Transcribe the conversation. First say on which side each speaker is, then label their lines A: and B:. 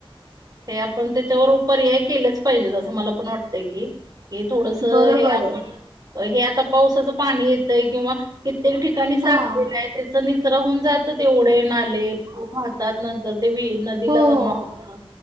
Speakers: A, on the right; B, on the right.
A: हे आपण त्याच्यावर उप पर्याय केलेच पाहिजेत, असं मला पण वाटतंय की, हे थोडसं
B: बरोबर
A: हे आपण,
B: आहे.
A: हे आता पावसाचं पाणी येतंय किंवा, कित्येक
B: इतक्या
A: ठिकाणी साठवले आहे, त्याचं निचरा होऊन जातं ते ओढे-नाले वाहत त्यात नंतर ते विहिर, नदीला
B: पिकं
A: जमा होत.